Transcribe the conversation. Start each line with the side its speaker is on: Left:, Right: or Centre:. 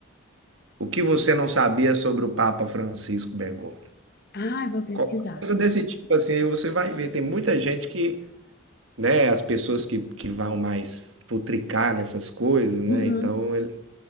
Right: o que você não sabia sobre o Papa Francisco Bergoglio?
Left: Ah, eu vou pesquisar.
Right: Qualquer coisa desse tipo assim, aí você vai ver. Tem muita gente que né, as pessoas que, que vão mais futricar nessas coisas, né?
Left: Uhum.
Right: Então ele-